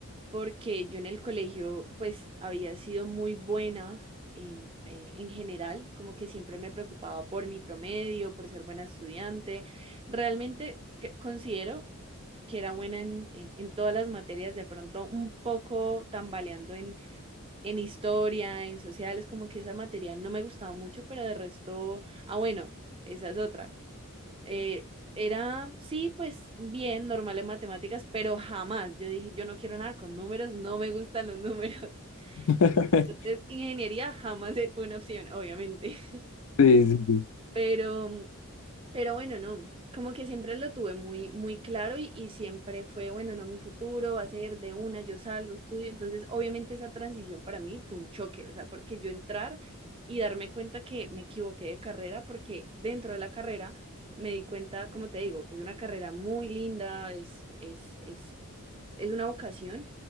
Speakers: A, on the right; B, on the left.
A: porque yo en el colegio pues había sido muy buena en, eh, en general, como que siempre me preocupaba por mi promedio, por ser buena estudiante. Realmente que- considero que era buena en, en, en todas las materias, de pronto un poco tambaleando en, en historia, en sociales, como que esa materia no me gustaba mucho, pero de resto, ah, bueno, esa es otra. Eh, era, sí, pues bien, normal en matemáticas, pero jamás. Yo dije, yo no quiero nada con números, no me gustan los números.
B: <laughs>
A: <laughs> Entonces, ingeniería jamás fue una opción, obviamente. <laughs>
B: Sí, sí,
A: Pero pero bueno, no, como que siempre lo tuve muy, muy claro y, y siempre fue, bueno, no, mi futuro va a ser de una, yo salgo, estudio. Entonces, obviamente esa transición para mí fue un choque, o sea, porque yo entrar y darme cuenta que me equivoqué de carrera, porque dentro de la carrera me di cuenta, como te digo, que es una carrera muy linda, es, es, es es una vocación,